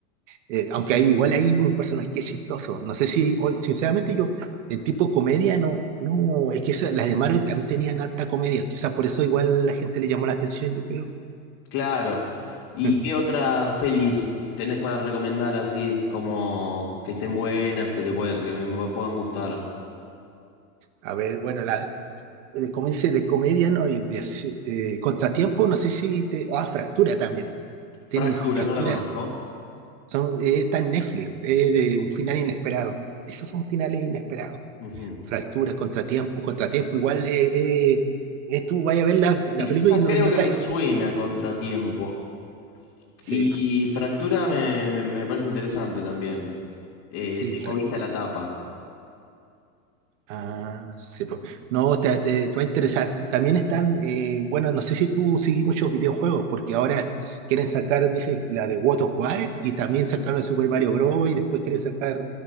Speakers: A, on the right; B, on the left.
A: eh, aunque hay, igual hay un personaje que es chistoso. No sé si, o- sinceramente yo, en tipo comedia, no, no, es que esa- las de Marvel también tenían harta comedia. Quizá por eso igual la gente le llamó la atención, yo creo.
B: Claro. ¿Y
A: <laughs>
B: qué otras pelis tenés para recomendar así, como que estén buenas, que te pueda- que me, me puedan gustar?
A: A ver, bueno, la, eh, como dice, de comedia, ¿no? Y de, así- eh, contratiempo, no sé si te... Ah, fractura también.
B: Fractura,
A: Tienen fractura.
B: no la conozco.
A: Son, eh, está en Netflix, eh, de un final inesperado. Esos son finales inesperados.
B: Ujú.
A: Fractura, contratiempo, contratiempo. Igual eh, eh, eh, tú vayas a ver la, la
B: Esa
A: película y
B: creo
A: no, no
B: que
A: te...
B: me suena Contratiempo.
A: Sí,
B: Y Fractura me, me- me parece interesante también. Eh,
A: sí,
B: tengo
A: exacto.
B: vista la tapa.
A: Ah, sí, po. No, te, te- te va a interesar. También están, eh, bueno, no sé si tú seguís muchos videojuegos, porque ahora quieren sacar, dice, la de God of War y también sacaron el Super Mario Bros. y después quieren sacar